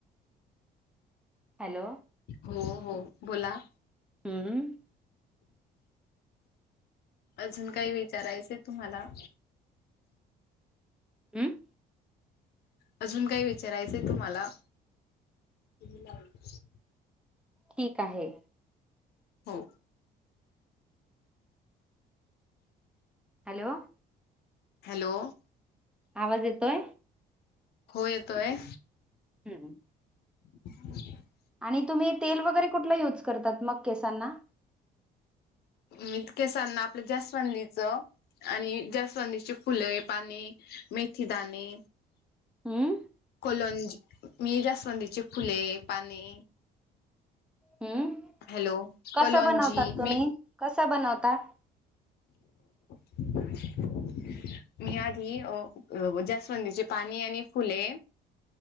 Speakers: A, in the centre; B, on the left.
A: हॅलो!
B: हो हो बोला.
A: हम्म.
B: अजून काही विचारायचं तुम्हाला.
A: हमं
B: अजून काही विचारायचंय तुम्हाला. तुम्ही लावलीस.
A: ठीक आहे.
B: हो.
A: हॅलो!
B: हॅलो!
A: आवाज येतोय.
B: हो येतोय.
A: हम्म.
B: <inaudible>
A: आणि तुम्ही तेल वगैरे कुठला युज करतात मग केसांना.
B: मीित केसांना आपल्या जस्वधीचं. आणि जस्वदीचे फुले पाणी मेथी दणे.
A: हम.
B: फलंज मी जास्वंदीचे फुले पाने.
A: हम्म
B: हॅलो
A: कस
B: कलोंजी
A: बनवतात तुम्ही
B: मे
A: कसं बनवता. ह
B: <unintelligible> मी आधी अ जास्वंदी चे पाणी आणि फुले